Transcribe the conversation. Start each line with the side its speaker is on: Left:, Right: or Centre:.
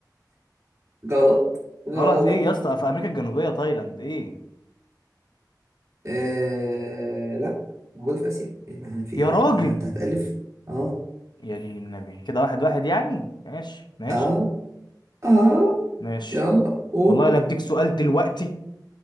Right: غلط غلط
Left: غلط ايه يا اسطى في امريكا الجنوبيه تايلاند ايه
Right: آه... لا موجود في آسيا إيه، ما أنا في ايه
Left: يا راجل
Right: ولا انت هتألف اه
Left: يا دين النبي كده واحد واحد يعني ماشي ماشي
Right: اه اه
Left: ماشي
Right: يلا قول
Left: والله لا اديك سؤال دلوقتي